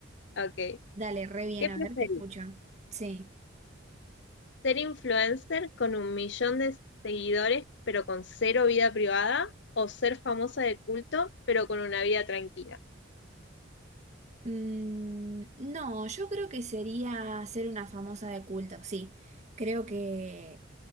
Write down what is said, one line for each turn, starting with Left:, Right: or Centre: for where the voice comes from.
Left: Ok.
Right: Dale, re bien,
Left: ¿Qué
Right: a
Left: preferís?
Right: ver, te escucho. Sí.
Left: ¿Ser influencer con un millón de seguidores pero con cero vida privada? ¿O ser famosa de culto pero con una vida tranquila?
Right: Mm, no, yo creo que sería ser una famosa de culto, sí. Creo que